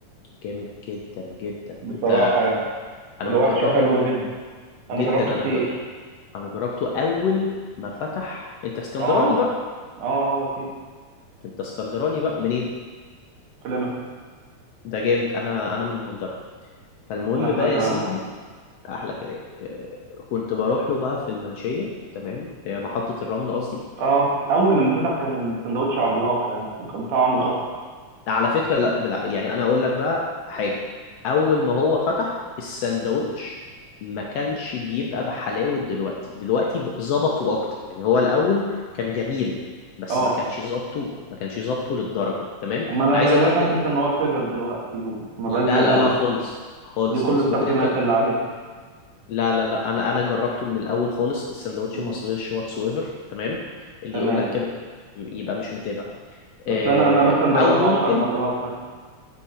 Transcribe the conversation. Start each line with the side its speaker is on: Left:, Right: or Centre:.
Left: جامد جدا جدا
Right: بصراحة
Left: انت
Right: يعني
Left: انا
Right: الوحش
Left: مجربه
Right: حلو
Left: م-
Right: جدا انا
Left: جدا
Right: جربته كتير
Left: انا ج... انا جربته اول ما فتح انت اسكندراني
Right: اه
Left: بقى
Right: اه اه اكيد
Left: انت اسكندراني بقى منين
Right: كلامك
Left: ده جامد انا انا من المنظرة فالمهم
Right: احلى
Left: بقى
Right: كلام
Left: يا سيدي
Right: صح
Left: احلى كلام آه، كنت بروح له بقى في المنشيه تمام آه، محطه الرمل قصدي
Right: اه اول لما فتح كان السندوتش عملاق يعني وكان طعمه تحفة
Left: آه، على فكره لا بلا يعني انا اقول لك بقى حاجه اول ما هو فتح الساندوتش ما كانش بيبقى بحلاوه دلوقتي دلوقتي ب- ظبطوا اكتر يعني هو الاول كان جميل بس
Right: اه
Left: ما كانش ظبطه ما كانش ظبطه للدرجه تمام
Right: امال انا
Left: انا عايز
Right: أنا
Left: اقول
Right: ليه حاسس
Left: لك ان
Right: ان هو صغر دلوقتي وما بقاش
Left: لا
Right: زي الاول
Left: لا لا خالص خالص
Right: دي كل
Left: خالص
Right: التقييمات
Left: ممكن انت
Right: اللي عليه
Left: لا لا لا انا انا جربته من الاول خالص السندوتش
Right: مم.
Left: ما صغيرش واتس ايفر تمام اللي
Right: تمام
Left: يقول لك كده يبقى مش متابع آه،
Right: اصل انا انا مثلا جربته
Left: او ممكن
Right: 10 مرات مثلا